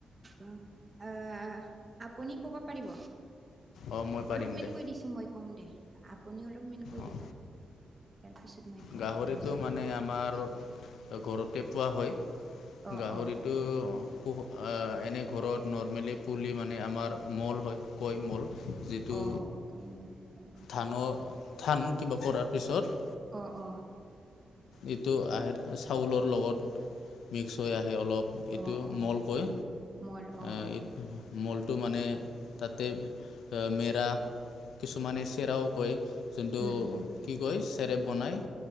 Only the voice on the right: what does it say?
অ-অ-আহ আপুনি কব পাৰিব?
অলপমান
কৈ দিছো মই ক'ম দে আপুনিও অলপমান কৈ
দিবা। ইয়াৰ পিছত মই ক'ম
দেচোন
অ
অ
অ কৈ মোৰ অ
অ-অ
অ অ অ
মোৰ অ
অ
উম উম